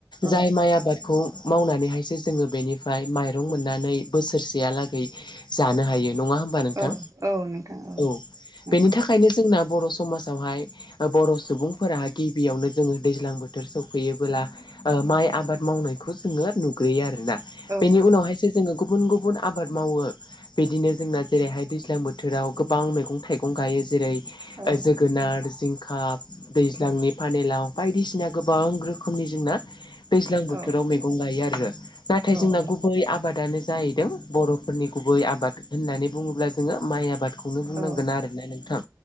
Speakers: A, on the right; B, on the left.
A: औ
B: जाय माइ आबादखौ मावनानैहायसो जोङो बेनिफ्राय माइरं मोननानै बोसोरसेहालागै जानो हायो नङा होमबा नोंथां
A: औ औ नोंथां औ
B: औबेनि
A: नंगौ
B: थाखायनो जोंना बर' समाजावहाय ओ बर' सुबुंफोरा गिबियावनो जोङो दैज्लां बोथोर सौफैयोबोला ओ माइ आबाद मावनायखौ जोङो नुग्रयो आरोना
A: औ
B: बेनि उनावहाय सो जोङो गुबुन गुबुन आबाद मावो। बिदिनो जोंना जेरैहाय दैज्लां बोथोराव गोबां मैगं थाइगं गायो जेरै ओ
A: औ
B: जोगोनार, जिंखा दैज्लांनि पानिलाव बायदिसिना गोबां रोखोमनि जोंना दैज्लां बोथोराव
A: औ
B: मैगं गायो आरो। नाथाय जोंना
A: औ
B: गुबै आबादानो जाहैदों बर'फोरनि गुबै आबाद होननानै बुङोब्ला जोङो माइ आबाद खौनो बुंनांगोन
A: औ
B: आरोना नोंथां